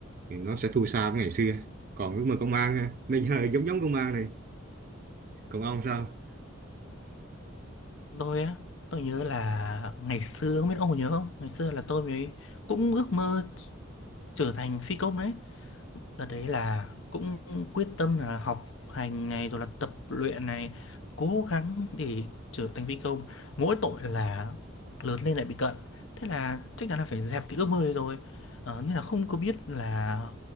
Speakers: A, on the right; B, on the left.
A: thì nó sẽ thua xa với ngày xưa còn ước mơ công an ha bây giờ <laughs> giống giống công an này còn ông sao
B: Tôi á, tôi nhớ là ngày xưa, không biết ông có nhớ không? Ngày xưa là tôi mới cũng ước mơ trở thành phi công đấy. Đợt đấy là cũng quyết tâm là học hành này rồi là tập luyện này cố gắng để trở thành phi công mỗi tội là lớn lên lại bị cận thế là chắc chắn là phải dẹp cái ước mơ ấy rồi ờ, nên là không có biết là